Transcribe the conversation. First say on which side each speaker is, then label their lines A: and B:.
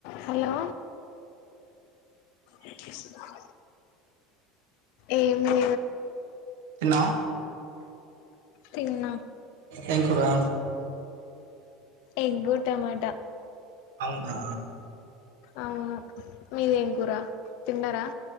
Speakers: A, on the left; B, on the right.
A: Hello ఏం చేస్తున్నావ్ ఏమి
B: తిన్నా
A: తిన్నా
B: ఏం కూరా
A: ఎంగూ టమాట
B: అవునా
A: అవును మీదేం కూరా తిన్నార